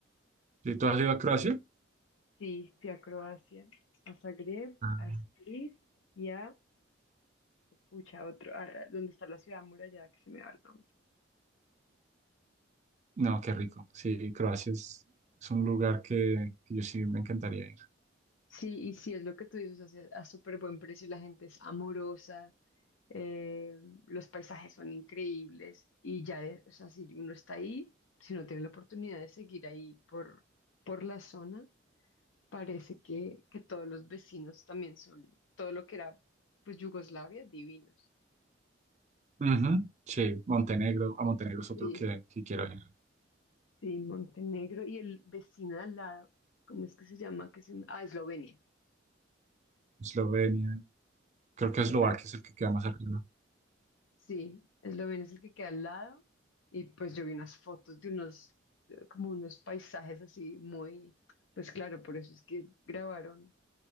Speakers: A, on the right; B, on the left.
A: ¿Sí, ¿Tú has ido a Croacia?
B: Sí, fui a Croacia, a Zagreb,
A: Ah.
B: a Split y a, pucha, otro, a- donde está la ciudad amurallada que se me va el nombre.
A: No, qué rico. Sí, Croacia es, es un lugar que, que yo sí me encantaría ir.
B: Sí, y sí, es lo que tú dices, o sea, a súper buen precio, la gente es amorosa, eh, los paisajes son increíbles y ya, de- o sea, si uno está ahí, si no tiene la oportunidad de seguir ahí por, por la zona, parece que, que todos los vecinos también son, todo lo que era, pues, Yugoslavia, divinos.
A: Ujú. Sí, Montenegro. A Montenegro es otro
B: Sí.
A: que, que quiero ir.
B: Sí, Montenegro y el vecino de al lado, ¿cómo es que se llama? Que se... me- Ah, Eslovenia.
A: Eslovenia. Creo que
B: ¿Te
A: Eslovaquia
B: parece?
A: es el que queda más arriba.
B: Sí, Eslovenia es el que queda al lado y pues yo vi unas fotos de unos, eh, como unos paisajes así muy, pues claro, por eso es que grabaron